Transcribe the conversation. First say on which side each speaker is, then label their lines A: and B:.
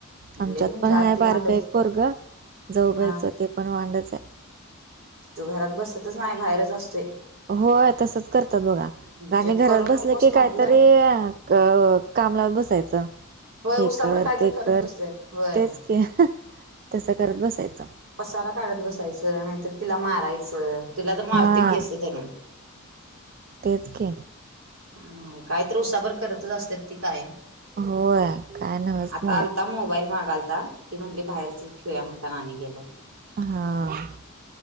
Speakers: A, on the right (about 45°); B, on the right (about 75°).
A: आमच्यात
B: लय म्हणजे
A: पण हाय
B: आती
A: बारक
B: वांड हाईत.
A: एक पोरंग जाऊबाईच
B: हा
A: ते पण वांडच आहे.
B: तो घरात बसतच नाही बाहेरच असतोय.
A: होय तसच करतात बघा आणि
B: जे
A: घरात
B: करू नकोस
A: बसले की
B: म्हंटलं
A: काहीतरी अ काम लावून बसायचं.
B: होय
A: हे
B: उसावर
A: कर
B: काय
A: ते
B: तर करत
A: कर
B: बसते होय.
A: तेच कि तसं करत बसायचं.
B: पसारा काढत बसायचं नाहीतर तिला मारायचं तिला तर मारते
A: हा
B: की केस धरून
A: तेच कि
B: हम् काय तर उसाभर करतच असतात ती कायम
A: होय काय नव्हच
B: आता
A: मुलं
B: आलता मोबाईल मागालता ती म्हटली बाहेरच खेळ्या म्हणता ना गेलाय.
A: हा